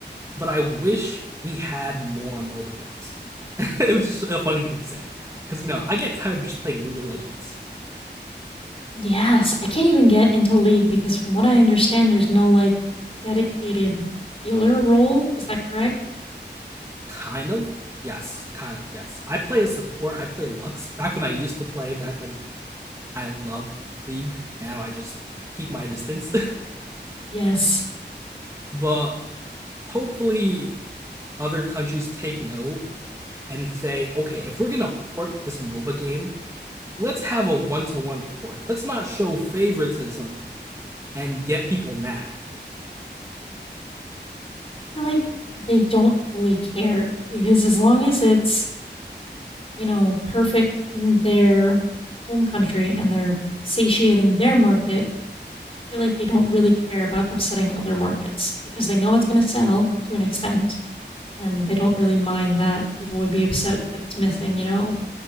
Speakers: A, on the right; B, on the left.
A: but I wish we had more MOBA games. <laughs> it was just a funny thing to say. Because, you know, I get tired of just playing League of Legends.
B: Yes. I can't even get into League because, from what I understand, there's no like dedicated healer role. Is that correct?
A: Kind of. Yes. Kind of. Yes. I play a support. I play Lux. Back when I used to play, back when I loved League, now I just keep my distance.
B: Yes.
A: <laughs> but hopefully, other countries take note and say, okay, if we're going to port this MOBA game, let's have a one to one port. Let's not show favoritism and get people mad.
B: I feel like they don't fully care because as long as it's you know, perfect in their home country and they're satiating their market, I feel like they don't really care about upsetting other markets because they know it's going to sell to an extent and they don't really mind that people would be upset that it's missing, you know,